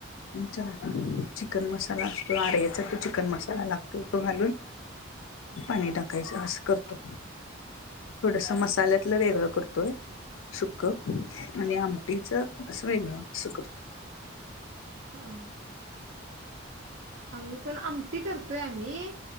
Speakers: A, on the left; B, on the right.
A: आमच्यात तो चिकन मसाला असतो आर येचा तो चिकन मसाला लागतो तो घालून पाणी टाकायचं असं करतो, थोडसं मसाल्यातलं वेगळं करतोय. सुक्क आणि आमटीचं असं वेगळ असं करतोय.
B: हा. आम्हीपण आम ती करतोय आम्ही,